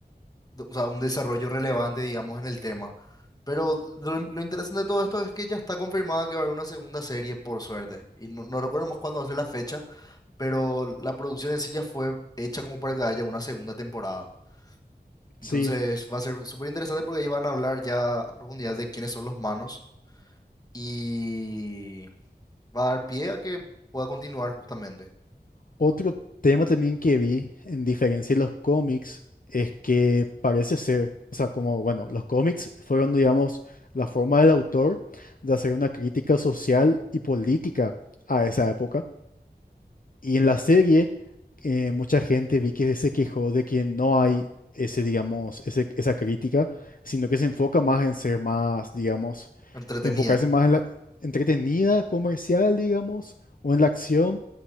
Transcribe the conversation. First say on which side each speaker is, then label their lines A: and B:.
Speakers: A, on the left; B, on the left.
A: o sea, un desarrollo relevante, digamos, en el tema. Pero lo, lo interesante de todo esto es que ya está confirmada que va a haber una segunda serie, por suerte. Y no, no recuerdo más cuándo va a ser la fecha, pero la producción en sí ya fue hecha como para que haya una segunda temporada. Entonces
B: Sí,
A: va a ser súper interesante porque ahí van a hablar ya a profundidad de quiénes son los manos y va a dar pie a que pueda continuar justamente.
B: otro tema también que vi, en diferencia de los cómics, es que parece ser, o sea, como, bueno, los cómics fueron, digamos, la forma del autor de hacer una crítica social y política a esa época. Y en la serie, eh, mucha gente vi que se quejó de que no hay ese, digamos, ese- esa crítica, sino que se enfoca más en ser más, digamos,
A: Entretenida.
B: enfocarse más en la entretenida, comercial, digamos, o en la acción,